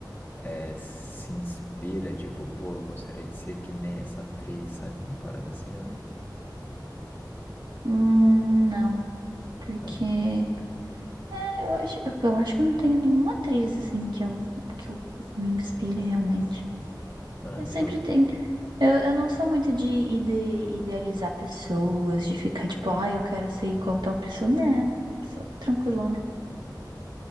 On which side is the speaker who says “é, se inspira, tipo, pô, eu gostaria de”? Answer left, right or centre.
Left